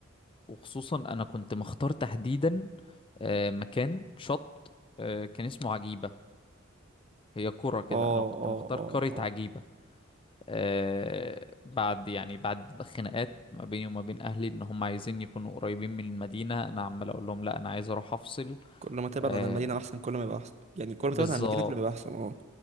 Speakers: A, on the left (about 25°); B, on the right (about 35°).
A: وخصوصا انا كنت مختار تحديدا آه، مكان شط آه، كان اسمه عجيبة هي قرى كده
B: اه
A: انا كنت
B: اه
A: مختار
B: اه
A: قرية
B: آه.
A: عجيبة آه، بعد يعني بعد خناقات ما بيني وما بين اهلي ان هم عايزين يكونوا قريبين من المدينة انا عمال اقول لهم لا انا عايز اروح افصل
B: كل ما تبعد
A: آه،
B: عن المدينة أحسن كل ما يبقى أحسن يعني كل ما
A: بالظبط
B: تبعد عن المدينة كل ما يبقى أحسن اه